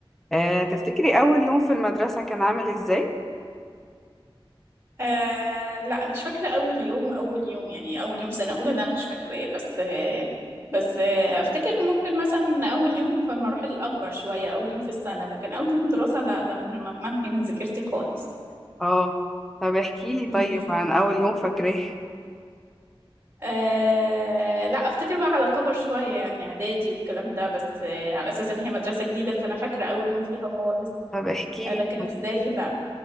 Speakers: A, in the centre; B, on the right.
A: آه تفتكري أول يوم في المدرسة كان عامل ازاي؟
B: آه لا مش فاكرة أول يوم أول يوم يعني أول يوم سنة أولى ده مش فاكراه بس آه بس آه أفتكر ممكن مثلا أول يوم في المراحل الأكبر شوية أول يوم في السنة لكن أول يوم دراسة لا ده م- ممحي من ذاكرتي خالص
A: اه طب احكيلي
B: مم.
A: طيب عن أول يوم فاكراه
B: آه لا أفتكر بقى على كبر شوية يعني إعدادي والكلام ده بس آه على أساس إن هي مدرسة جديدة فأنا فاكرة أول يوم فيها خالص
A: طب احكيلي
B: آه لكن
A: طيب.
B: ابتدائي لا